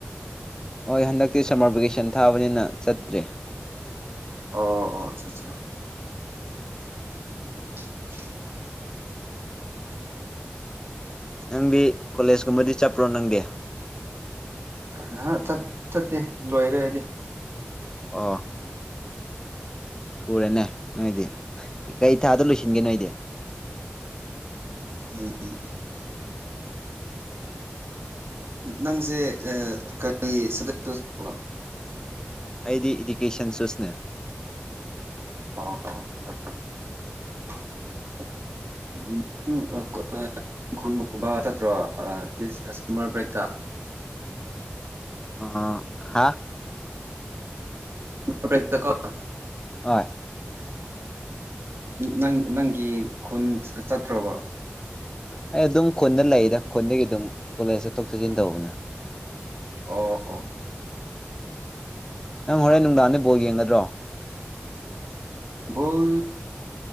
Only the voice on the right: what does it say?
ꯑꯣ ꯑꯣ ꯑꯆꯥ ꯑꯠꯆꯥ <inaudible>
ꯑꯍꯥ ꯆꯠꯇꯦ ꯂꯣꯏꯔꯦꯗꯤ
ꯎꯝ ꯅꯪꯁꯦ ꯀꯔꯤ <unintelligible>
ꯑꯣ ꯐ <unintelligible> ꯈꯨꯟꯒꯨꯝꯕ ꯆꯠꯇ꯭ꯔꯣ ꯁꯝꯃꯔ ꯕ꯭ꯔꯦꯛꯇ
ꯕ꯭ꯔꯦꯛꯇ ꯀꯣ
ꯅꯪ ꯅꯪꯒꯤ ꯈꯨꯟ ꯆꯠꯇ꯭ꯔꯣꯕ
ꯑꯣ
ꯕꯣꯜ